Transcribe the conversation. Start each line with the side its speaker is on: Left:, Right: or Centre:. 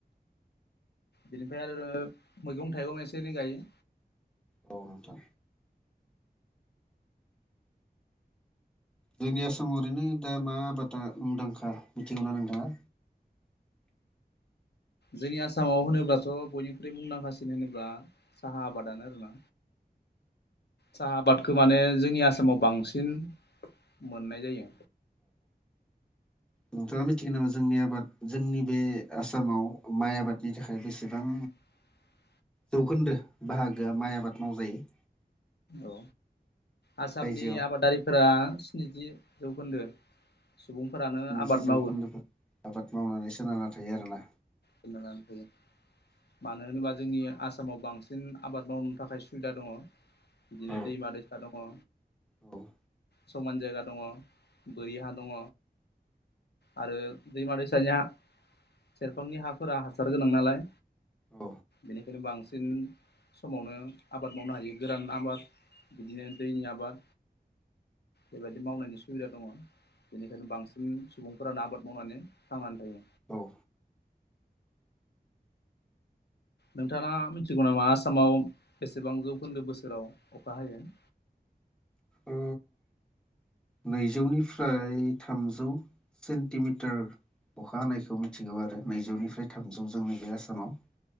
Left: बिनिफ्राय आरो मैगं थाइगं एसे एनै गायो।
Centre: औ नोंथां जोंनि आसामाव ओरैनो दा मा आबादा मुंदांखा मिथिगौना नोंथांङा?
Left: जोंनि आसामाव होनोब्लाथ' बयनिख्रुइ मुंदांखासिन होनोब्ला साहा आबादानो आरोना। साहा आबादखौ माने जोंनि आसामाव बांसिन मोननाय जायो।
Centre: नोंथांङा मिथिगो नामा जोंनि आबाद जोंनि बे आसामाव माइ आबादनि थाखाय बेसेबां
Left: <inaudible>
Centre: जौखोन्दो बाहागोआ माइ आबाद मावजायो।
Left: औ आसामनि
Centre: रायजोआव
Left: आबादारिफोरा स्निजि जौखोन्दो सुबुंफोरानो
Centre: स्निजि
Left: आबाद
Centre: जौखोन्दोफोर
Left: मावो।
Centre: आबाद मावनानै सोनारना थायो आरोना।
Left: <unintelligible> मानो होनोबा जोंनि आसामाव बांसिन आबाद मावनो थाखाय सुबिदा दंङो। बिदिनो
Centre: औ
Left: दैमा दैसा दंङो
Centre: औ
Left: समान जायगा दंङो। बोरि हा दंङ' आरो दैमा दैसानि सेरा बिफांनि हाफोरा हासार गोनां नालाय
Centre: औ
Left: बेनिखायनो बांसिन समावनो आबाद मावनो हायो गोरान आबाद बिदिनो दैनि आबाद बेबायदि मावनायनि सुबिदा दंङ'। बेनिखायनो बांसिन सुबुंफोरानो आबाद मावनानै थांनानै थायो।
Centre: औ
Left: नोंथांङा मिथिगौ नामा आसामाव बेसेबां जौखोन्दो बोसोराव अखा हायो? <inaudible>
Centre: ओ नैजौनिफ्राय थामजौ सेन्टिमिटार अखा हानायखौ मिथिगौ आरो नैजौनिफ्राय थामजौ जोंनि बे आसामाव।